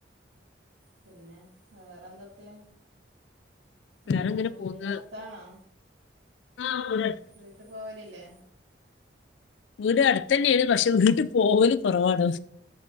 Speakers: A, on the right; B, on the left.
A: പിന്നെ വേറെ എന്തൊക്കെ വീട്ട
B: വേറെ ഇങ്ങനെ
A: വീടടുത്താണോ
B: പോകുന്ന ആ <unintelligible>
A: വീട്ട് പോവലില്ലെ?
B: വീട് അടുത്ത തന്നെയ ആണ് പക്ഷെ വീട്ടിൽ പോകല കുറവാണ്